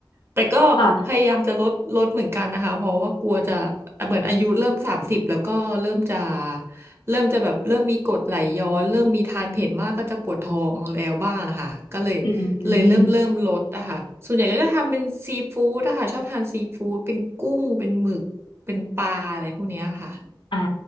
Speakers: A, on the right; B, on the left.
A: แต่ก็พยายามจะลดลดเหมือนกันนะคะเพราะว่ากลัวจะ
B: ค่ะ
A: เหมือนอายุเริ่มสามสิบแล้วก็เริ่มจะเริ่มจะแบบเริ่มมีกรดไหลย้อนเริ่มมีทานเผ็ดมากก็จะปวดท้องแล้วบ้างอะค่ะก็เลย
B: อืม
A: เลยเริ่มเริ่มลดอะค่ะส่วนใหญ่ก็จะทำเป็นซีฟู้ดอะค่ะชอบทานซีฟู้ดเป็นกุ้งเป็นหมึกเป็นปลาอะไรพวกเนี้ยค่ะ
B: อ่า